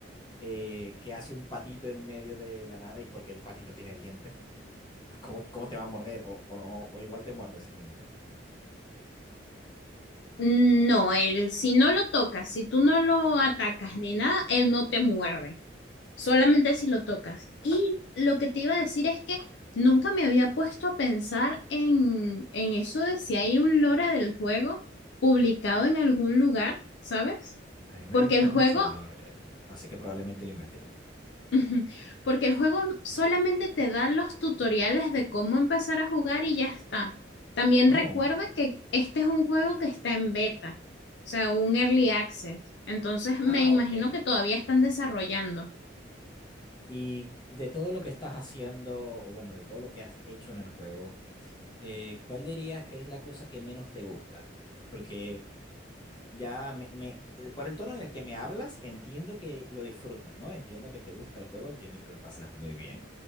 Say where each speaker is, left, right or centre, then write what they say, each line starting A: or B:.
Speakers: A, on the left; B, on the left.
A: Eh, ¿qué hace un patito en medio de la nada y porque el patito tiene dientes? ¿Cómo, cómo te va a morder? O, o no, o igual te muerde sin dientes.
B: No, él si no lo tocas, si tú no lo atacas ni nada, él no te muerde, solamente si lo tocas. Y lo que te iba a decir es que nunca me había puesto a pensar en, en eso de si hay un lore del juego publicado en algún lugar, ¿sabes?
A: A mí me
B: Porque
A: gusta
B: el juego
A: mucho el lore, eh, así que probablemente lo investigue.
B: Ujú, Porque el juego solamente te da los tutoriales de cómo empezar a jugar y ya está. También
A: Oh,
B: recuerda que este es un juego que está en beta, o sea, un early access. Entonces me
A: ah,
B: imagino
A: ok.
B: que todavía están desarrollando.
A: Y de todo lo que estás haciendo, o bueno, de todo lo que has hecho en el juego, eh, ¿cuál dirías que es la cosa que menos te gusta? Porque ya me, me- eh, por el tono en el que me hablas, entiendo que lo disfrutas, ¿no? Entiendo que te gusta el juego, entiendo que la pasas muy bien.